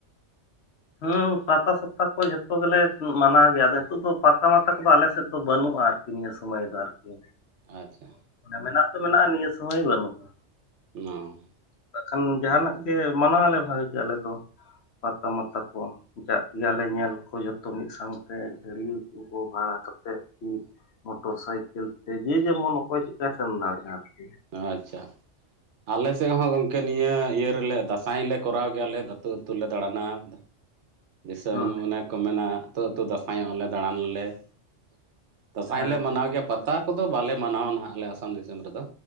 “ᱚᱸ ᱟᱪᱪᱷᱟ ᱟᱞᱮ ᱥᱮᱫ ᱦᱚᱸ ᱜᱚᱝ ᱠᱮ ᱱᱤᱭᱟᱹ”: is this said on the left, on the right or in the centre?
Right